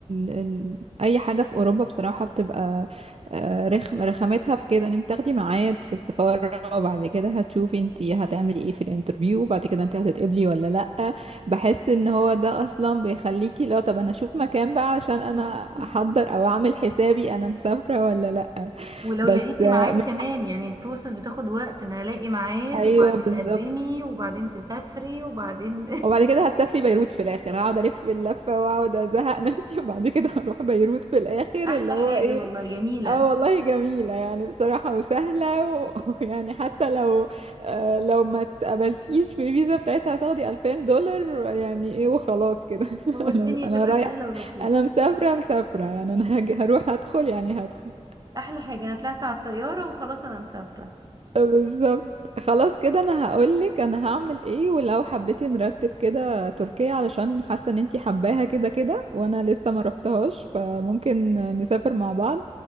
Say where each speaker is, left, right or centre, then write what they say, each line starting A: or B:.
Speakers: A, on the right; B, on the right.
A: ال... ال- اي حاجه في اوروبا بصراحه بتبقى آه، رخم رخامتها في كده ان انت تاخدي ميعاد في السفاره وبعد كده هتشوفي انت هتعملي ايه في الانترفيو وبعد كده انت هتتقبلي ولا لا بحس ان هو ده اصلا بيخليكي لو طب انا اشوف مكان بقى عشان انا
B: <laughs>
A: احضر او اعمل حسابي انا مسافره ولا لا
B: ولو
A: بس
B: لقيتي
A: آه،
B: ميعاد
A: من
B: كمان يعني البروسس بتاخد وقت ان الاقي ميعاد
A: ايوه
B: وبعدين
A: بالظبط
B: تقدمي وبعدين تسافري وبعدين
A: وبعد كده هتسافري بيروت في الاخر هقعد الف اللفه واقعد ازهق نفسي <laughs> وبعد كده هروح بيروت في الاخر
B: <laughs> احلى
A: اللي هو
B: حاجة
A: ايه
B: والله جميلة
A: اه والله جميلة يعني بصراحة وسهلة و- <laughs> ويعني حتى لو آه لو ما اتقبلتيش في الفيزا بتاعتها هتاخدي 2000 دولار يعني ايه وخلاص كده <laughs>
B: والدنيا
A: انا انا
B: تبقى
A: رايح
B: سهلة ولطيفة
A: انا مسافرة مسافرة يعني انا هاجي- هروح هدخل يعني هدخل
B: احلى حاجة انا طلعت على الطيارة وخلاص انا مسافرة
A: بالظبط خلاص كده انا هقولك انا هعمل ايه ولو حبيتي نرتب كده تركيا علشان حاسه ان انتي حباها كده كده وانا لسه ما رحتهاش فممكن نسافر مع بعض